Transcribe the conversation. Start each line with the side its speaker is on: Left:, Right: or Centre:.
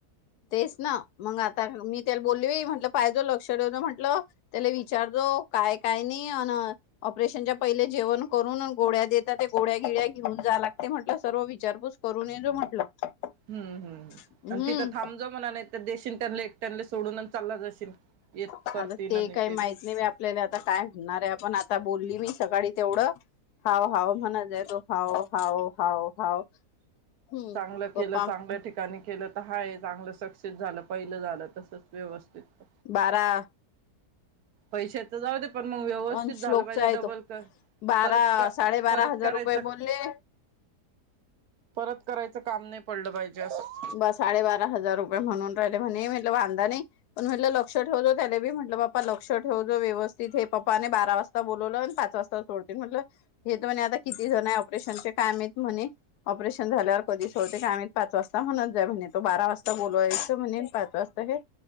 Left: तेच ना मग आता मी त्याला बोलली म्हटलं पाहिजो लक्ष ठेवतो म्हटलं त्याला विचारतो काय काय नाही अ ऑपरेशनच्या पहिले जेवण करून गोळ्या देतात ते गोळ्या गिळ्या घेऊन जा लागते म्हट सर्व विचारपू करू नय जो म्हटलं
Right: हम्म हम्
Left: हम्म
Right: आणि तिथं थांबजो म्हणा नाही तर देशीन त्या लेट त्यांना सोडून चालला जाशील य
Left: आता
Right: करतील
Left: ते
Right: आणि येतील
Left: काही माहित नाही आपल्याला आता काय होणार आहे आपण आता बोलली मी सकाळी तेवढं, हाव हाव म्हणत आहे तो. हाव हाव हाव हाव. हम्म
Right: चांगलं
Left: पप्पा
Right: केलं चांगलं ठिक काणी केलं तर हाय चांगलं सक्सेस झालं पहिलं झालं तसच व्यवस्थित.
Left: बारा.
Right: पैशाचं जाऊ दे पण मग व्यवस्थित
Left: अन श्लोकचा
Right: झालं पाहिजे
Left: आहे
Right: डबल
Left: तो
Right: कर
Left: बारा
Right: परत क
Left: साडेबारा
Right: परत
Left: हजार
Right: करायचं
Left: रुपये बोले.
Right: परत करायचं काम नाही पडलं पाहिजे असं.
Left: ब साडेबारा हजार रुपये म्हणून राहिले म्हणे म्हटलं वांदा नाही. पण म्हटलं लक्ष ठेव जो त्याल बी म्हटलं बाप्पा लक्ष ठेव जो व्यवस्थित हे पप्पाने बारा वाजता बोलवलं पाच वाजता सोडतील म्हटलं, हेेतण आता किती जण आहे ऑपरेशनचे काय मेत म्हणे. ऑपरेशन झाल्यावर कधी सोडते काय माहित पाच वाज म्हणत जाय म्हणे तो बारा वाजता बोलावायचं म्हणेल पाच वाजता हे